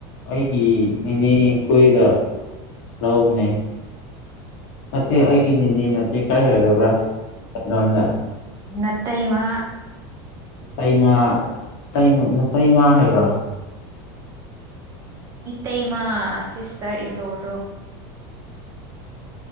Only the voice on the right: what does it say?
ꯅꯇꯩꯃ
ꯏꯇꯩꯃ ꯁꯤꯁꯇꯔ ꯏꯟ ꯂꯣꯗꯣ